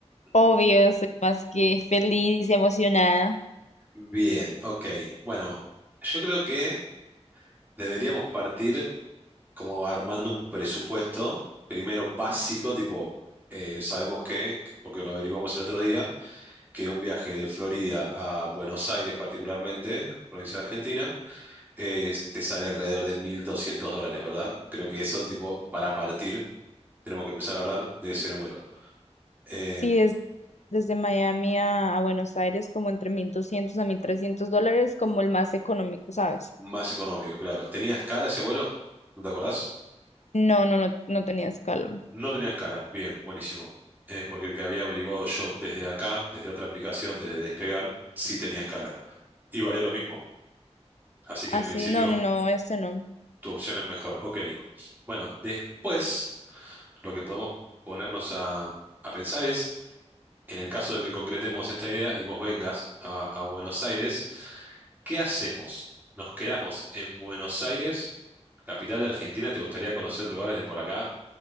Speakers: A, on the right; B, on the left.
A: ujú.
B: obvio, estoy más que feliz y emocionada.
A: Bien, ok. Bueno, yo creo que deberíamos partir. como armando un presupuesto, primero básico, tipo, eh, sabemos que, porque lo averiguamos el otro día, que un viaje de Florida a Buenos Aires particularmente, provincia de Argentina, eh, te sale alrededor de 1.200 dólares, ¿verdad? Creo que eso, tipo, para partir, tenemos que empezar a hablar de ese número. Eh,
B: Sí, es desde Miami a, a Buenos Aires como entre 1.200 a 1.300 dólares, como el más económico, ¿sabes?
A: más económico, claro. ¿Tenía escala ese vuelo? ¿No te acordás?
B: No, no, no, no tenías calma.
A: No tenía escala. Bien, buenísimo. Eh, porque el que había averiguado yo desde acá, desde otra aplicación, desde Despegar, sí tenía escala. y valía lo mismo. Así que
B: Así,
A: en principio
B: no, no, no, este no.
A: tu opción es mejor. Ok. Bueno, después lo que podemos ponernos a, a pensar es, en el caso de que concretemos esta idea y vos vengas a, a Buenos Aires, ¿qué hacemos? ¿Nos quedamos en Buenos Aires, capital de Argentina? ¿Te gustaría conocer lugares de por acá?